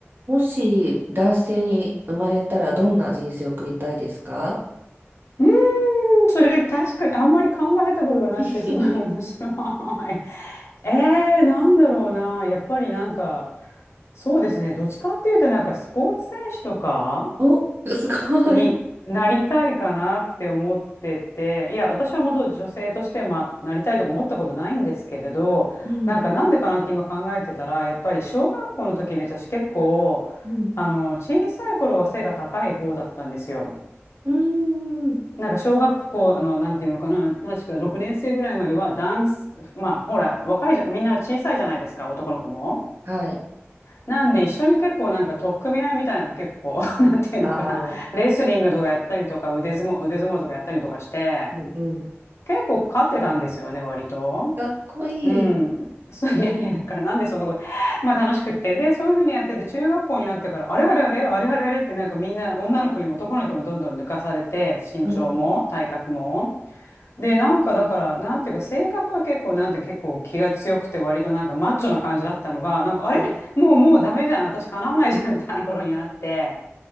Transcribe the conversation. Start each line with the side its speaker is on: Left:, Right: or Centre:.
Right: もし男性に生まれたらどんな人生を送りたいですか
Left: うーん、それ確かにあんまり考えたことがなくてすごい面白い。
Right: <laughs>
Left: <laughs> えー、なんだろうな。やっぱりなんか、そうですね。どっちかっていうとなんかスポーツ選手とか
Right: お、すごい。
Left: になりたいかなって思ってて、いや、私はもと女性として、まあ、なりたいとか思ったことないんですけれど、
Right: うん、
Left: なんかなんでかなって今考えてたら、やっぱり小学校の時に私結構、
Right: うん、
Left: あの、小さい頃は背が高い方だったんですよ。
Right: うーん。
Left: なんか小学校の、なんていうのかな、確か6年生ぐらいまではダンス、まあほら、若いじゃ、みんな小さいじゃないですか、男の子も。
Right: はい。
Left: なんで一緒に結構なんか取っ組み合いみたいな結構、<laughs> なんていうのかな、
Right: ああ、
Left: レスリングとかやったりとか、腕相撲、腕相撲とかやったりとかして、
Right: うん、うん。
Left: 結構勝ってたんですよね、割と。
Right: かっこいい。
Left: うん。そう、いやいや、だからなんでそんなこと、まあ楽しくって。で、そういうふうにやってて、中学校になってから、あれあれあれ、あれあれあれってなんかみんな女の子にも男の子にもどんどん抜かされて、身長も体格も。
Right: うん、
Left: で、なんかだから、なんていうか、性格は結構、なんて結構気が強くて、割となんかマッチョな感じだったのが、なんか、あれもう、
Right: うん、
Left: もうダメじゃん。私、叶わないじゃん、みたいな頃になって。